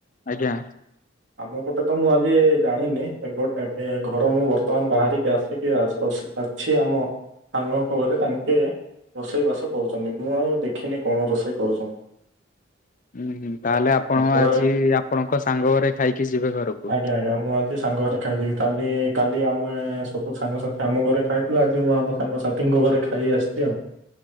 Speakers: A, on the left; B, on the right.
A: ଆଜ୍ଞା।
B: ଆମ ପଟେ ତ ମୁଁ ଆଜି ଜାଣିନି ଏପଟ ଏବେ ଘରୁ ମୁଁ ବର୍ତ୍ତମାନ ବାହାରିକି୍ ଆସିକି ଅଛି ଆମ ସାଙ୍ଗଙ୍କ ଘରେ ତାଙ୍କେ ରୋଷେଇ ବାସ କରୁଛନ୍ତି ମୁଁ ଆଉ ଦେଖିନି କଣ ରୋଷେଇ କରୁଛନ୍ତି।
A: ଉଁ ହୁଁ ତାହେଲେ ଆପଣ
B: ତାଙ୍କ
A: ଆଜି
B: ଘରେ
A: ଆପଣଙ୍କ ସାଙ୍ଗ ଘରେ ଖାଇକି ଯିବେ ଘରକୁ।
B: ଆଜ୍ଞା ଆଜ୍ଞା ମୁଁ ଆ ଏସାଙ୍ଗ ଘରେ ଖାଇଯିବି କାଲି କାଲି ଆମେ ସବୁ ସାଙ୍ଗସାଥି ଆମ ଘରେ ଖାଇଥିଲୁ ଆଜି ମୁଁ ଆମ ସାଙ୍ଗସାଥିୀଙ୍କ ଘରେ ଖାଇ ଖାଇକି ଆସିଛି ଆଉ।